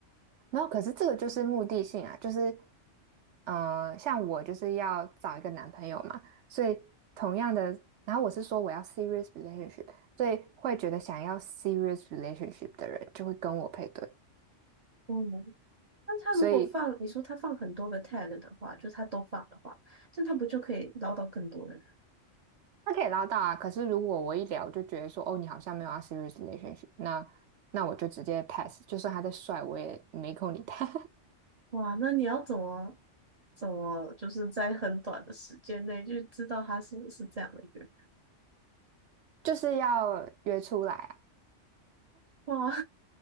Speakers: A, on the right; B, on the right.
A: 没有，可是这个就是目的性啊，就是。呃，像我就是要找一个男朋友嘛，所以同样的，然后我是说我要 serious relationship，所以会觉得想要 serious relationship 的人就会跟我配对，
B: 嗯，那他如果放，
A: 所以
B: 你说他放很多个 tag 的话，就他都放的话，这样他不就可以捞到更多的人？
A: 他可以捞到啊。可是如果我一聊就觉得说，哦，你好像没有要 serious relationship，那那我就直接 pass，就算他再帅，我也没空理他，
B: 哇，那你要怎么怎么就是在很短的时间内就知道他是不是这样的一个人？
A: <laughs> 就是要约出来啊。
B: 哇，